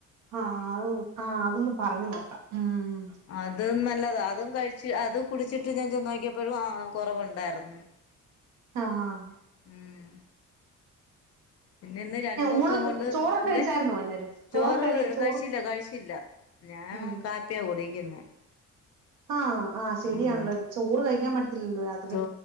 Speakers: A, on the right; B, on the left.
A: ആഹ് അത് ആ അതൊന്ന് പറഞ്ഞു നോക്കാം ഉം
B: അത് നല്ലതാ അതും കഴിച്ച് അത് കുടിച്ചിട്ട് ഞാൻ ചെന്ന് നോക്കിയപ്പോഴും ആ കുറവുണ്ടായിരുന്നു
A: ആഹ്
B: ഉം പിന്നെ ഇന്ന് രണ്ടൂസം
A: ഊണൊക്കെ
B: കൊണ്ട്
A: ചോറൊക്കെ
B: എന്ത്
A: കഴിച്ചായിരുന്നോ എല്ലാരും
B: ചോറ്
A: കഴി ചോറ്
B: കഴിച്ചില്ല കഴിച്ചില്ല ഞാൻ
A: ഉം
B: കാപ്പിയാ കുടിക്കുന്നെ
A: ആഹ് ആഹ് ശരിയാണല്ലോ
B: ഉം
A: ചോറ് കഴിക്കാൻ പറ്റത്തില്ലല്ലോ രാ
B: ചോ